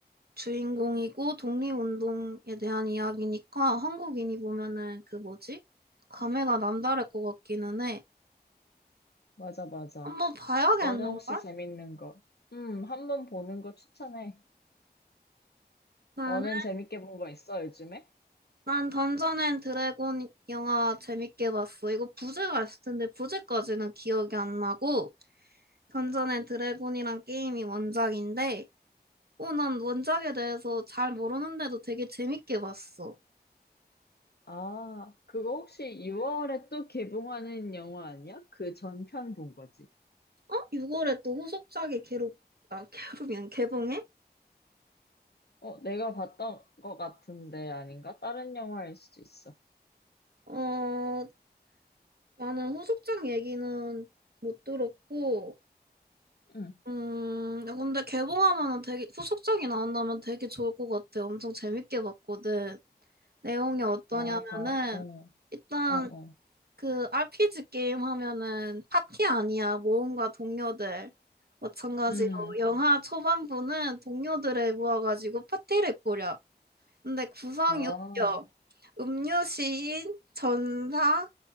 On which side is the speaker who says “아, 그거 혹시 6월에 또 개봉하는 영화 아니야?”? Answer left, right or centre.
Left